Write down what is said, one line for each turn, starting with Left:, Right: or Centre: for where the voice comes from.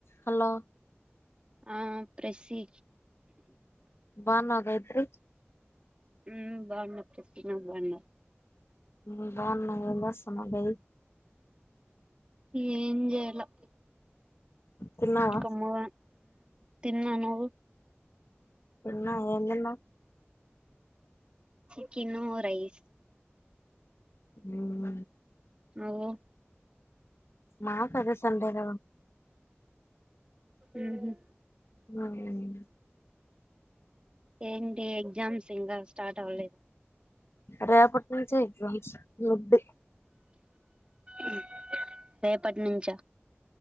Left: Hello
Right: ఆ ప్రెసి
Left: బాగున్నావ్ కదా ఇప్పుడు
Right: ఉ బాగున్నా ప్రస్ నా బాగున్నా
Left: ముందా నేల సమదై
Right: ఏమో చేయాలో
Left: తిన్నావా
Right: కామంగా కమ్ము తిన్నాన్నా నువవు
Left: అందన్నా
Right: చికెన్ రైస్
Left: ఉ మ
Right: ఓ
Left: మా కదే సండేద
Right: ఊహుం
Left: అ <inaudible>
Right: ఏంగ్డి ఏండి ఎ జామ్స్ ఇంకా స్టార్ట్ అవ్వలేదు
Left: రేపటి నుంచే ముది
Right: ఉమ్ రేపటి నుంచ